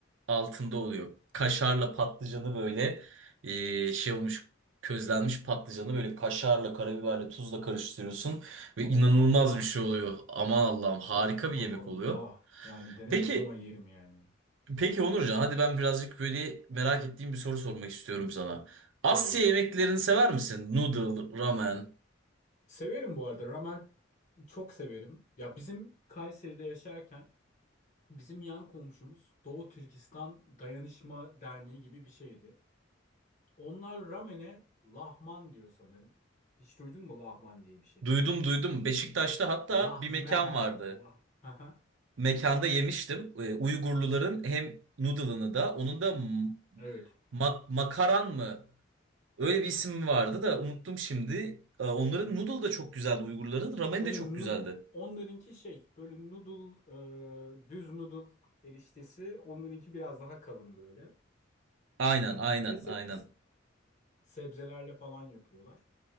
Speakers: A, on the right (about 70°); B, on the left (about 40°).
A: altında oluyor. Kaşarla patlıcanı böyle eee, şey olmuş közlenmiş patlıcanı böyle kaşarla, karabiberle, tuzla karıştırıyorsun ve
B: Allah
A: inanılmaz
B: Allah.
A: bir şey oluyor. Aman Allah'ım harika
B: Allah
A: bir yemek
B: Allah.
A: oluyor.
B: Yani denemedim
A: Peki
B: ama yerim yani.
A: Peki Onurcan, hadi ben birazcık böyle merak ettiğim bir soru sormak istiyorum sana. Asya
B: Tabii.
A: yemeklerini sever misin? Noodle, ramen.
B: Severim bu arada. Ramen çok severim. Ya bizim Kayseri'de yaşarken bizim yan komşumuz Doğu Türkistan Dayanışma Derneği gibi bir şeydi. Onlar ramene lahman diyor sanırım. Hiç duydun mu lahman diye bir şey?
A: Duydum duydum. Beşiktaş'ta hatta
B: Lahmen
A: bir mekan
B: hatta
A: vardı.
B: lah. <laughs> Hı hı.
A: Mekanda yemiştim. Ee, Uygurluların hem noodle'ını da onun da m-
B: Evet.
A: mak- makaran mı? Öyle bir isim vardı da unuttum şimdi. Ee, Onların noodle da çok güzeldi Uygurların. Ramen
B: Böyle
A: de çok
B: nu-
A: güzeldi.
B: onlarınki şey böyle noodle e, düz noodle eriştesi onlarınki biraz daha kalın böyle.
A: Aynen aynen
B: Ve se-
A: aynen.
B: Sebzelerle falan yapıyorlar.